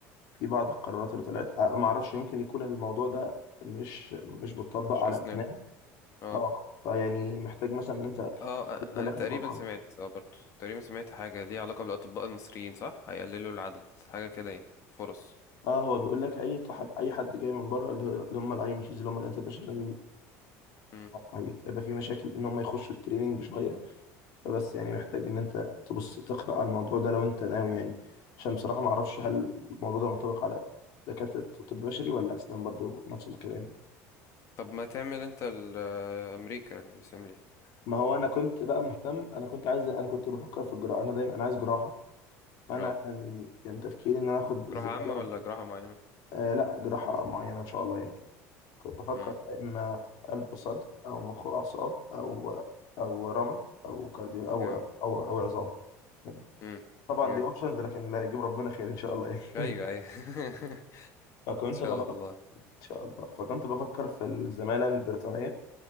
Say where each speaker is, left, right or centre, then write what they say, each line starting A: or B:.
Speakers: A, on the left (about 65°); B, on the left (about 45°).
A: في بعض القرارات اللي طلعت آه معرفش يمكن يكون الموضوع ده مش مش بتطبق
B: مش
A: على
B: اسنان
A: أفنان
B: اه
A: أه فيعني محتاج مثلا إن أنت تاخد
B: اه انا
A: بالك
B: تقريبا
A: من الموضوع
B: سمعت
A: ده
B: اه برضو تقريبا سمعت حاجه ليها علاقه بالاطباء المصريين صح هيقللوا العدد حاجه كده يعني فرص
A: اه هو بيقول لك اي طحب اي حد جاي من بره اللي هو- اللي هم الاي ام جيز اللي هم الانترناشونال
B: مم.
A: هيبقى في مشاكل ان هم يخشوا التريننج شويه فبس يعني محتاج ان انت تبص تقرا على الموضوع ده لو انت ناوي يعني عشان بصراحه ما اعرفش هل الموضوع ده منطبق على دكاتره طب بشري ولا اسنان برضو نفس الكلام
B: طب ما تعمل انت ال- آه، امريكا اللي يسملي
A: ما هو انا كنت بقى مهتم انا كنت عايز انا كنت بفكر في الجراحه انا دايما انا عايز جراحه فانا
B: اه
A: كان كان تفكيري ان انا اخد الزماله
B: جراحة عامة ولا جراحة معينة
A: آه لا جراحه معينه ان شاء الله يعني كنت بفكر
B: امم
A: يا إما في قلب وصدر أو مخ وأعصاب أو أو رمد أو كارديو أو
B: جامد
A: أو أو, أو عظام يعني
B: امم
A: طبعا
B: جامد
A: دي اوبشنز لكن لا يجيب ربنا خير إن شاء الله <laughs>
B: ايوه
A: يعني
B: ايوه <laughs>
A: فكنت
B: ان شاء
A: بفكر
B: الله
A: إن شاء الله فكنت بفكر في الزمالة البريطانية